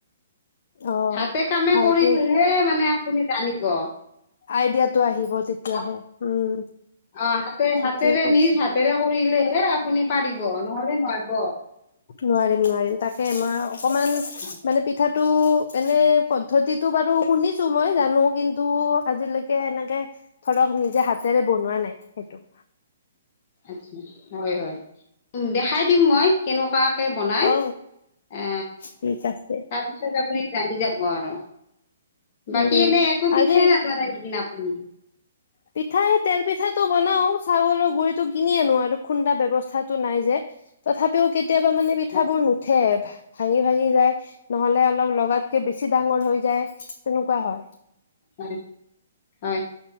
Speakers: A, on the left; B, on the left.
A: অ',
B: হাতে কামে
A: ভালকে
B: কৰিলে হে মানে তুমি জানিব।
A: আইডিয়াটো আহিব তেতিয়াহে
B: হাত
A: উম।
B: অ হাতে
A: ঠিকেই
B: হাতেৰে
A: কৈছে।
B: নিজ হাতেৰে কৰিলেহে আপুনি পাৰিব নহলে নোৱাৰিব।
A: নোৱাৰিম নোৱাৰিম তাকে মই অকমান
B: হয়
A: মানে পি কথাাতটো এনে পদ্ধতিটো বাৰু শুনিছো মই জানো কিন্তু আজিলৈকে এনেকে ধৰক নিজে হাতেৰে বনোৱা নাই সেইটো।
B: আচ্ছা হয় হয় দেখাই দিম মই কেনেকুৱা বনাই
A: অ
B: এ
A: ঠিক আছে।
B: তাৰপিছত আপুনি জানি যাব আৰু। বাকী
A: উম
B: এনে একো পিঠাই
A: আজি,
B: নাজানে নেকি আপুনি
A: পিঠা এই তেল পিঠাটো। বনাও চাউলৰ গুৰিতো কিনি আনো, আৰু খুন্দা ব্যৱস্থাটো নাই যে। তথাপিও কিন্তু কেতিয়াবা মানে পিঠাবোৰ
B: হয়
A: নুঠে। ভাঙি ভাঙি যায় নহলে অলপ লগাতকে বেছি ডাঙৰ হৈ যায়। তেনেকুৱা হয়।
B: হয় হয়।